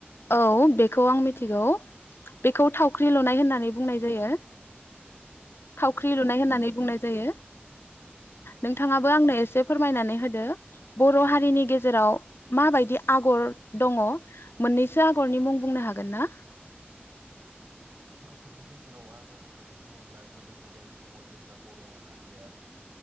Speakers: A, on the left; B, on the right.
A: औ बेखौ आं मिथिगौ बेखौ थाव ख्रि लुनाय
B: मा
A: होननानै
B: बुङो
A: बुंनाय जायो थावख्रि
B: औ
A: लुनाय होननानै
B: औ
A: बुंनाय जायो नोंथाङाबो
B: औ औ
A: आंनो एसे फोरमायनानै होदो बर' हारिनि गेजेराव माबायदि आगर दङ। मोननैसो आगरनि मुं बुंनो हागोन ना?
B: बर'फोरनि गेजेराव आगर होननानै बुङोब्ला गोदो गोदाय समाव जेब्ला बर' हारिया